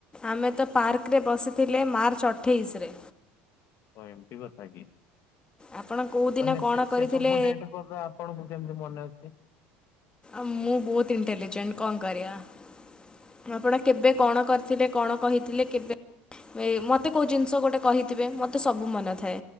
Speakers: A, on the left (about 15°); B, on the left (about 55°).
A: ଆମେ ତ ପାର୍କରେ ବସିଥିଲେ ମାର୍ଚ୍ଚ ଅଠେଇଶିରେ।
B: ଓ ଏମିତି କଥା କି
A: ଆପଣ କେଉଁଦିନ
B: ମାନେ
A: କଣ
B: ସେ
A: କରିଥିଲେ
B: ସେ ସବୁ ଡେଟ କଥା ଆପ୍ ଆପଣଙ୍କୁ କେମିତି ମନେ ଅଛି।
A: ମୁଁ ବହୁତ ଇଣ୍ଟେଲିଜେଣ୍ଟ କଣ କରିବା ଆପଣ କେବେ କଣ କରି ସେଟେ କଣ କହିଥିଲେ କେବେ ଭ ମୋତେ କେଉଁ ଜିନିଷ ଗୋଟେ କହିଥିବେ ମୋତେ ସବୁ ମନ ଥାଏ।